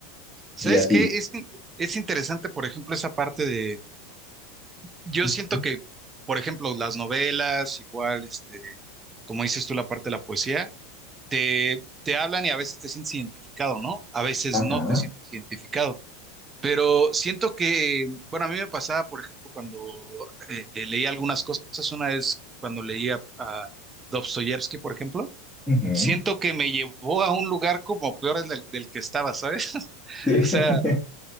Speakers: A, on the right (about 20°); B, in the centre.
A: ¿Sabes
B: Y a ti.
A: qué? Es, es interesante, por ejemplo, esa parte de... Yo
B: Ujú.
A: siento que, por ejemplo, las novelas, igual, este, como dices tú, la parte de la poesía, te, te hablan y a veces te sientes identificado, ¿no? A veces
B: Ajá.
A: no te sientes identificado. Pero siento que, bueno, a mí me pasaba, por ejemplo, cuando eh, eh, leía algunas cosas, una vez cuando leía a Dostoyevsky, por ejemplo,
B: Ujú.
A: siento que me llevó a un lugar como peor del, del que estaba, ¿sabes? <laughs>
B: Sí. <laughs>
A: O sea,